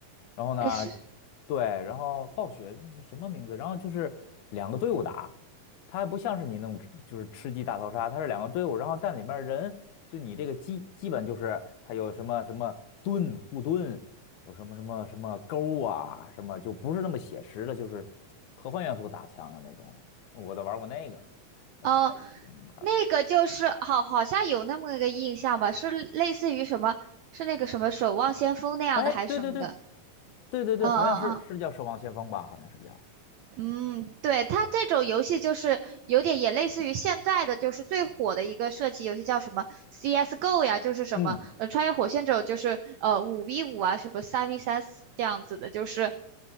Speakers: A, on the left; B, on the right.
A: 然后呢，
B: 哎，是
A: 对，然后暴雪这是什么名字？然后就是两个队伍打，它还不像是你那种吃就是吃鸡大逃杀，它是两个队伍，然后但里面人就你这个基基本就是它有什么什么盾护盾，有什么什么什么钩啊，什么就不是那么写实的，就是科幻元素打枪的那种。我都玩过那个，后来也不怎么玩儿。
B: 哦、呃那个就是好，好像有那么一个印象吧，是类似于什么，是那个什么守望先锋那样的还是什么的？
A: 哎，对对对对对对，
B: 嗯嗯嗯
A: 好像是是叫《守望先锋》吧？好像是叫，
B: 嗯，对，它这种游戏就是有点也类似于现在的，就是最火的一个射击游戏叫什么 CS:GO 呀，就是什么呃穿越火线这种，
A: 嗯。
B: 就是呃五 v 五啊，什么三 v 三这样子的，就是